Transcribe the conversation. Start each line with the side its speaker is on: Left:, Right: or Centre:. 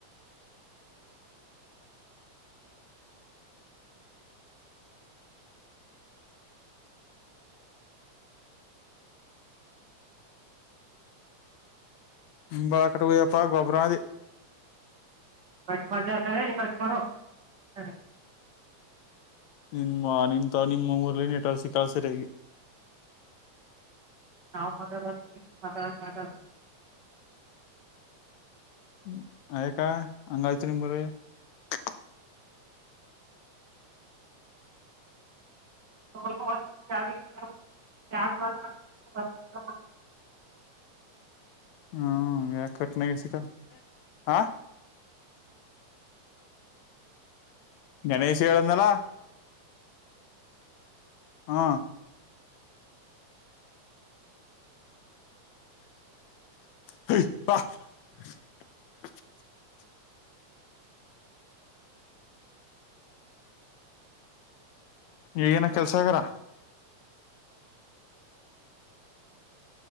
Left: ಬಳ ಕಟೋಪ್ಪಾ ಗೊಬ್ಬರದೆ.
Right: <unintelligible>
Left: ನಿಮ್ಮ ನಿನ್ಂತ ನಿಮ್ಮ ಊರ್ಲ್ಲಿನ್ಟಾಳ್ಸಿ ಕಳಸರಾಗಿ.
Right: ನಾವು ಮತ <unintelligible>
Left: <unintelligible>
Right: <unintelligible>
Left: ಹ್ಮ್ ಯ ಕಟ್ಟನ ಸಿಕಲ್ ಆ. ಈ ದಿವಸ ಹೇಳಿದ್ನಲ್ಲ ಹಾ ಹ ವಾ <unintelligible> ಈಗೇನ ಕೆಲ್ಸ ಆಗಾರ